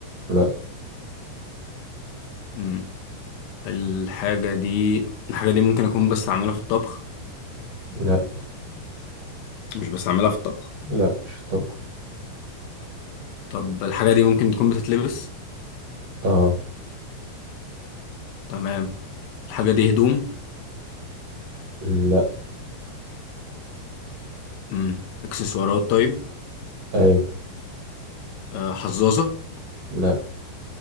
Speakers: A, on the right (about 80°); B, on the left (about 75°).
A: لا
B: مم. الحاجة دي الحاجة دي ممكن أكون بستعملها في الطبخ
A: لا
B: مش بستعملها في الطبخ
A: لا مش الطبق
B: طب الحاجة دي ممكن تكون بتتلبس
A: اه
B: تمام الحاجة دي هدوم
A: لا
B: مم. إكسسوارات طيب
A: ايوه
B: آه حظاظة
A: لا